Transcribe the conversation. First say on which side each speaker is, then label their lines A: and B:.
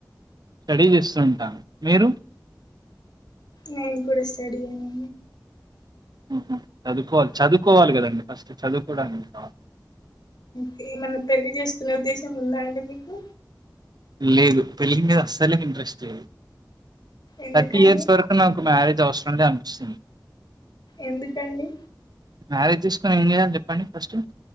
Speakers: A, on the right; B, on the left.
A: స్టడీ చేస్తుంటాను మీరు
B: నేను కూడా స్టడీ నే
A: మ్మ్ హు చదువుకోవాలి చదువుకోవాలి కదండి ఫస్ట్ చదువుకోవడానికి <inaudible>
B: కే మనం పెళ్లి చేసుకునే ఉద్దేశం ఉందా అండి మీకు
A: లేదు పెళ్ళి మీద అస్సలేకి ఇంట్రెస్ట్ లేదు
B: ఎందుకండి
A: తర్టీ ఇయర్స్ వరకు నాకు మ్యారేజ్ అవసరం లే అనిపిస్తుంది.
B: ఎందుకండీ?
A: మ్యారేజ్ చేసుకుని ఏం చేయాలి చెప్పండి first?